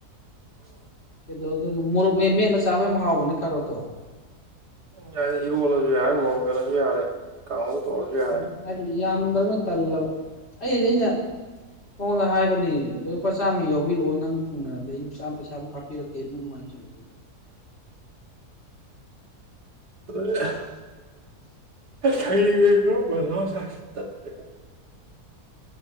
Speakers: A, on the right; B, on the left.
A: <unintelligible>
B: ꯀꯩꯗꯧꯗꯣꯏ ꯃꯣꯔꯣꯛ ꯃꯦꯠ ꯃꯦꯠꯂ ꯆꯥꯕ ꯌꯥꯝ ꯍꯥꯎꯕꯅꯦ ꯀꯥꯔꯣꯠꯇꯣ
A: ꯌꯥꯏ ꯏꯔꯣꯜꯂꯁꯨ ꯌꯥꯔꯦ ꯃꯣꯡ ꯃꯦꯠꯂꯁꯨ ꯌꯥꯔꯦ ꯀꯥꯡꯉꯧ ꯇꯧꯔꯁꯨ ꯌꯥꯔꯦ
B: ꯎꯝ ꯍꯥꯏꯗꯤ ꯌꯥꯝꯗ꯭ꯔꯝꯅ ꯇꯜꯂꯕ ꯑꯩꯗꯤ ꯑꯩꯅ ꯃꯉꯣꯟꯗ ꯍꯥꯏꯕꯅꯤ ꯂꯨꯄꯥ ꯆꯥꯝꯃ ꯌꯥꯎꯕꯤꯔꯛꯑꯣ ꯅꯪ ꯐꯪꯅꯔꯗꯤ ꯑꯩ ꯆꯥꯝ ꯄꯩꯁꯥꯃꯨꯛ ꯀꯞꯄꯤꯔꯛꯀꯦ ꯅꯪ ꯅꯨꯡꯉꯥꯏ <unintelligible>
A: <unintelligible> ꯍꯥꯌꯦꯡꯒꯤꯁꯨ ꯃꯊꯥ ꯁꯥꯏ <unintelligible>